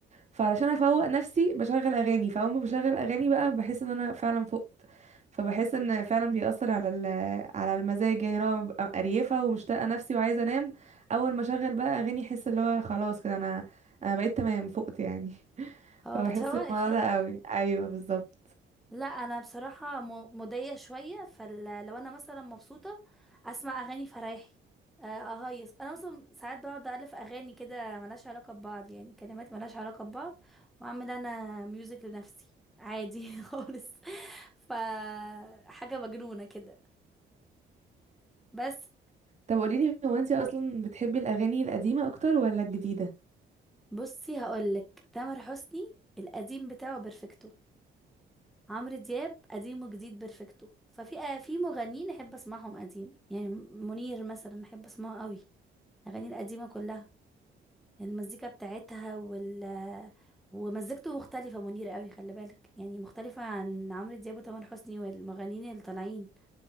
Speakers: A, on the right; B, in the centre.
A: فعلشان افوق نفسي بشغل اغاني فاول ما بشغل اغاني بقى بحس ان انا فعلا فقت فبحس ان فعلا بيأثر على ال- على المزاج يعني انا ببقى قريفه ومشتاقه نفسي وعايزه انام اول ما اشغل بقى اغاني احس اللي هو خلاص كده انا انا بقيت تمام فقت يعني <laughs>
B: اه
A: فبحس
B: بتفوقك
A: بالموضوع
B: يعني
A: ده قوي ايوه بالظبط
B: لا انا بصراحه م- موديه شويه فلو انا مثلا مبسوطه اسمع اغاني فرايحي آه، اهيص انا اصلا ساعات بقعد الف اغاني كده ملهاش علاقه ببعض يعني كلمات ملهاش علاقه ببعض واعمل انا ميوزك لنفسي عادي <laughs> خالص ف حاجه مجنونه كده بس
A: طب قوليلي هو انتي اصلا بتحبي الاغاني القديمه اكتر ولا الجديده
B: بصي هقولك تامر حسني القديم بتاعه بيرفكتو عمرو دياب قديم وجديد بيرفكتو ففي آه في مغنيين احب اسمعهم قديم يعني منير مثلا احب اسمعه قوي الاغاني القديمه كلها المزيكا بتاعتها وال ومزيكته مختلفه منير قوي خلي بالك يعني مختلفه عن عمرو دياب وتامر حسني والمغنيين اللي طالعين